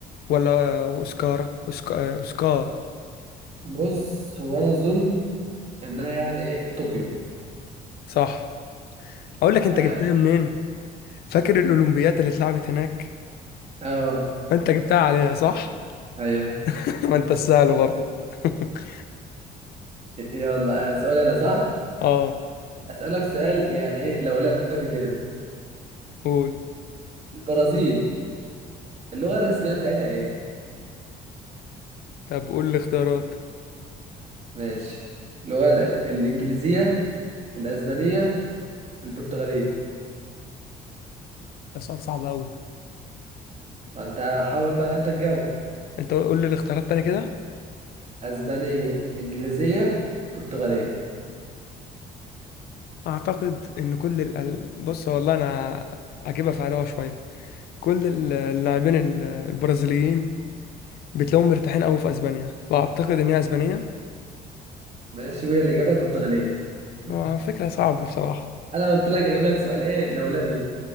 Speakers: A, on the left; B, on the right.
A: ولا اوسكارا أوسكا... آه، اوسكا
B: بص هو انا اظن انها يعني ايه طوكيو
A: صح اقول لك انت
B: عاش
A: جبتها منين فاكر الاولمبيات اللي اتلعبت هناك
B: اه
A: فانت جبتها عليها صح
B: ايوه
A: <laughs> ما انت السهل برضو <laughs>
B: يلا آه، سؤال انا صح
A: اه
B: اسالك سؤال يعني ايه لو لعب كده
A: قول
B: البرازيل اللغه الرسميه بتاعتها ايه
A: طب قول الاختيارات
B: ماشي اللغه ال- الانجليزيه الاسبانيه البرتغاليه
A: ده سؤال صعب قوي
B: ما انت حاول بقى انت تجاوب
A: انت قول لي الاختيارات تاني كده
B: اسبانيه انجليزيه برتغاليه
A: اعتقد ان كل ال... ال- بص والله انا اجيبها في علاوه شويه كل ال- اللاعبين ال- البرازيليين بتلاقيهم مرتاحين قوي في اسبانيا فاعتقد ان هي اسبانيه
B: ماشي وهي الاجابه البرتغاليه <laughs>
A: هو فكره صعبه بصراحه
B: انا قلت لك هجيب لك سؤال ايه لولبي